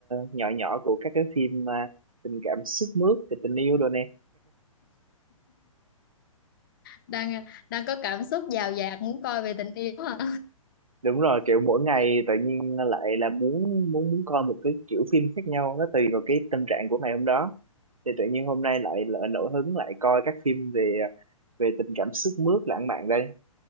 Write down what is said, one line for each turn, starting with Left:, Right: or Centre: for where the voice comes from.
Right: nhỏ nhỏ của các cái phim à, tình cảm sướt mướt về tình yêu rồi nè
Left: Đang à, đang có cảm xúc dào dạt muốn coi về tình yêu hả?
Right: đúng rồi kiểu mỗi ngày tự nhiên lại là muốn muốn muốn coi một cái kiểu phim khác nhau nó tùy vào cái tâm trạng của ngày hôm đó thì tự nhiên hôm nay lại, lại nổi hứng lại coi các phim về ờ, về tình cảm sướt mướt lãng mạn đây